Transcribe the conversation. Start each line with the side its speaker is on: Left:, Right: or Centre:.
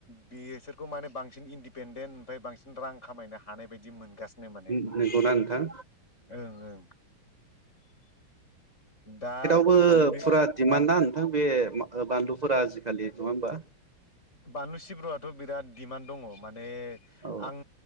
Left: बिसोरखौ माने बांसिन इन्दिपेन्डेत फ्राय बांसिन रां खामायनो हानाय बायदि मोनगासिनो माने
Right: नंगौना नोंथां
Left: ओं ओं दा
Right: बो
Left: नै
Right: फुरा दिम मानोना नोंथां बे मा ओ बानलुफोरा आजिखालि नंङा होमबा
Left: बानलु सिब्रुआथ' बिराद दिडिमान्ड दंङ' मान ने
Right: औ
Left: आं